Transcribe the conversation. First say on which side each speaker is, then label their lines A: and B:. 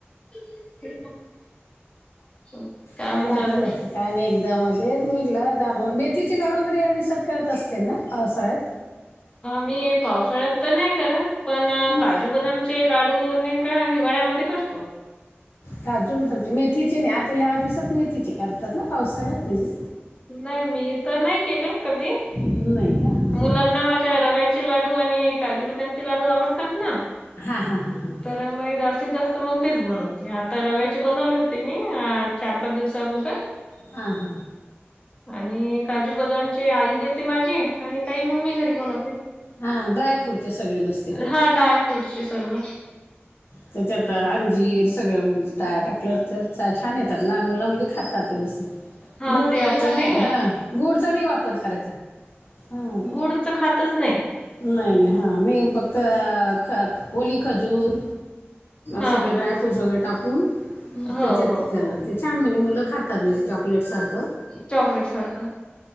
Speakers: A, on the left; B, on the left.
A: <unintelligible>
B: काय नाही आता
A: अजून?
B: काय नाही एकदमजच म्हणलं मग मी तीचे लाड वगैरे या दिसात करत असते ना पावसाळ्यात
A: मी पावसाळ्यात तर नाही करत पण काज
B: हं,
A: काजू, बदामचे लाडू नाही का हिवाळ्यामध्ये करतो.
B: काजू बची मेथीचे नाही आता या दिवसात मेथीची करतात ना पावसाळ्यात म्हणजे
A: नाही मी तर नाही केले कधी.
B: ह नाही. का हां
A: मुलांना माझ्या रव्याचे लाडू आणि काजू बदामचे लाडू आवडतात ना?
B: हा हा हा हां
A: तर मागशीत जात मग तेच बनवते आता रव्याची बनवली होती मी चार, पाच दिवसा अगोदर
B: हां हां
A: आणि काजू, बदामचे आई देते माझी आणि काही मग मी घरी बनवते.
B: हा ड्राय फ्रूटचे सगळे नुसते.
A: हा ड्राय फ्रूटचे सर्व
B: त्याच्या आत अंजीर सगळं म्हणजे टाकलं. तर छान येतात लहान मुलं म्हणजे खातात व्यवस्थित.
A: हा
B: गुळ
A: ते
B: वगैरेचा
A: आपण
B: नाही
A: का
B: हा गुड चा नाही वापर करायचा. हां
A: गुडचं खातच नाही.
B: नाही नाही हा नाही फक्त ओली खजूर
A: हा
B: सगळे ड्रायफ्रूट सगळे टाकून
A: हो
B: त्याच्यात
A: हो
B: ते घ ते छान म्हणे मुलं खातात म्हणज चॉ चॉकलेट सारखं
A: चॉकलेट सारखं